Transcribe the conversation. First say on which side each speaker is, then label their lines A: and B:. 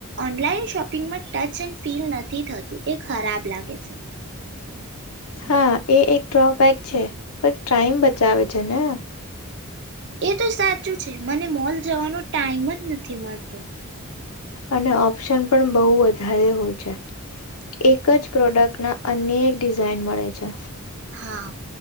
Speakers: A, on the right; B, on the left.
A: ઓનલાઈન શોપિંગમાં ટચ એન્ડ ફીલ નથી થતું એ ખરાબ લાગે છે.
B: હા, એ એક ડ્રોબેક છે. પણ ટાઈમ બચાવે છે ને.
A: એ તો સાચું છે. મને મોલ જવાનો ટાઈમ જ નથી મળતો.
B: અને ઓપ્શન પણ બોવ વધારે હોય છે. એક જ પ્રોડક્ટના અનેક ડિઝાઇન મળે છે.
A: હા,